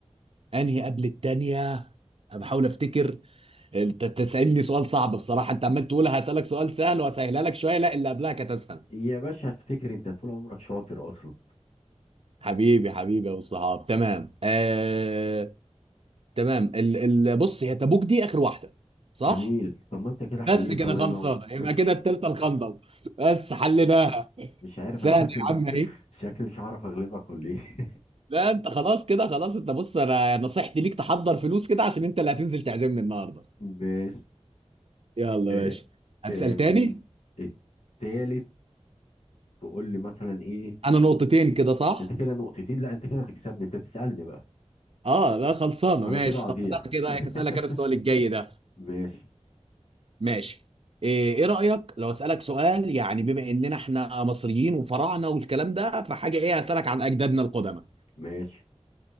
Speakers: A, on the right; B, on the left.
A: انهي قبل التانية انا بحاول افتكر آه، انت تسألني سؤال صعب بصراحة انت عمال تقول هسألك سؤال سهل وهسهلها لك شوية لا اللي قبلها كانت اسهل
B: يا باشا افتكر انت طول عمرك شاطر اصلا
A: حبيبي حبيبي يا الصحاب تمام آه تمام ال ال بص هي تبوك دي اخر واحدة صح
B: جميل طب ما انت كده حليت
A: بس كده
B: الله
A: خلصانه
B: ينور
A: يبقى كده التالتة الخندق بس حلناها
B: مش عارف
A: سهله
B: انا شكلي
A: يا عم اهي
B: <laughs> شكلي مش هعرف اغلبك ولا ايه
A: لا انت خلاص كده خلاص انت بص انا نصيحتي ليك تحضر فلوس كده عشان انت اللي هتنزل تعزمني النهارده
B: <laughs> ماشي
A: يلا
B: آه،
A: يا باشا هتسال
B: آم،
A: تاني
B: التالت تقول لي مثلا ايه
A: انا نقطتين كده صح
B: انت كده نقطتين لا انت كده هتكسبني انت تسألني بقى
A: اه لا خلصانه
B: انا
A: ماشي
B: كده
A: طب
B: قطيع
A: اسالك ايه رايك
B: <laughs>
A: اسالك انا السؤال الجاي ده
B: ماشي
A: ماشي ايه إيه رايك لو اسالك سؤال يعني بما اننا احنا مصريين وفراعنه والكلام ده فحاجه ايه هسالك عن اجدادنا القدماء
B: ماشي